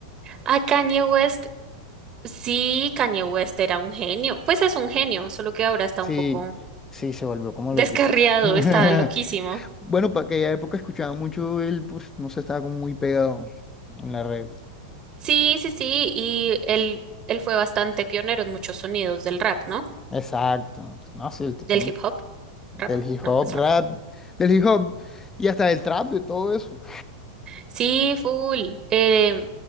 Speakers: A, on the right; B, on the left.
A: A Kanye West, sí, Kanye West era un genio. Pues es un genio, solo que ahora está
B: Sí,
A: un poco
B: sí, se volvió como loquito.
A: descarriado,
B: <laughs>
A: está loquísimo.
B: Bueno, para aquella época escuchaba mucho él, pues, no sé, estaba como muy pegado en la red.
A: Sí, sí, sí, y él, él fue bastante pionero en muchos sonidos del rap, ¿no?
B: Exacto. No, sí, el tipo
A: Del hip hop. Rap,
B: del hip
A: ¿no?
B: hop,
A: Es rap.
B: rap, del hip hop y hasta del trap, de todo eso.
A: Sí, full. Eh,